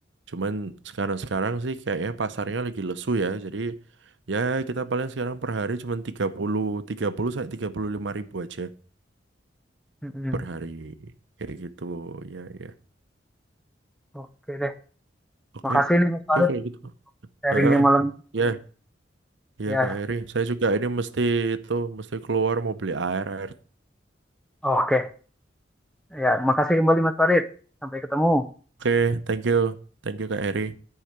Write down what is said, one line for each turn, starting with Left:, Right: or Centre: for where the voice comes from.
Right: Cuman sekarang-sekarang sih kayaknya pasarnya lagi lesu ya. Jadi ya kita paling sekarang per hari cuman tiga puluh tiga puluh sampai tiga puluh lima ribu aja
Centre: Mm-mm.
Right: per hari. Kayak gitu, ya ya.
Centre: Oke deh.
Right: Oke,
Centre: Makasih nih Mas
Right: Oke
Centre: Farid
Right: kayak gitu.
Centre: sharingnya
Right: Heeh.
Centre: malam.
Right: Ya,
Centre: Ya,
Right: ya Kak Eri. Saya juga ini mesti itu mesti keluar mau beli air air.
Centre: oke. Ya, makasih kembali Mas Farid. Sampai ketemu.
Right: Oke, thank you. Thank you Kak Eri.